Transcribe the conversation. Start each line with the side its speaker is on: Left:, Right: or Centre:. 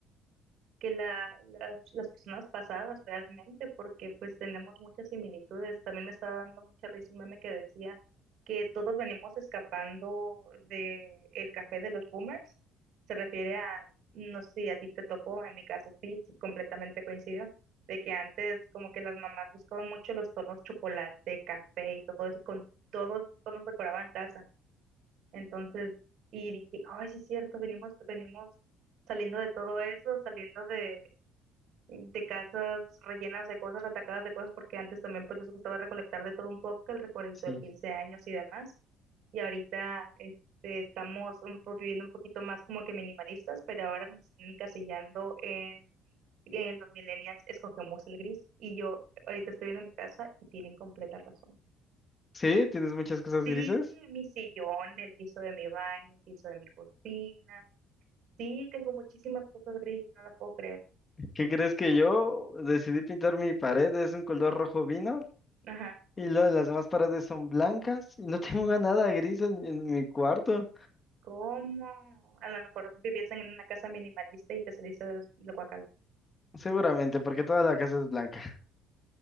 Right: que la, la- las personas pasadas realmente, porque pues tenemos muchas similitudes. También me estaba dando mucha risa un meme que decía que todos venimos escapando de el café de los boomers. Se refiere a, no sé si a ti te tocó, en mi caso sí, sí, completamente coincido, de que antes como que las mamás buscaban mucho los tonos chocolate, café y todo eso, y con todos los tonos decoraban casa. Entonces, y dije, ay, sí es cierto, venimos, venimos saliendo de todo eso, saliendo de, de casas rellenas de cosas, atacadas de cosas, porque antes también pues les gustaba recolectar de todo un poco, que el recuerdito
Left: Sí.
Right: del 15 años y demás. Y ahorita este, estamos un po- viviendo un poquito más como que minimalistas, pero ahora nos están encasillando en, en los millennials, escogemos el gris. Y yo ahorita estoy viendo mi casa y tienen completa razón.
Left: Sí, tienes muchas cosas
Right: Sí,
Left: grises.
Right: mi sillón, el piso de mi baño, el piso de mi cocina Sí, tengo muchísimas cosas grises, no lo puedo creer.
Left: ¿Qué crees que yo decidí pintar mi pared? Es un color rojo vino
Right: Ajá.
Left: y luego las demás paredes son blancas y no <laughs> tengo nada gris en, en mi cuarto.
Right: ¿Cómo? A lo mejor viviesen en una casa minimalista y te saliste del del guacal.
Left: Seguramente, porque toda la casa es blanca.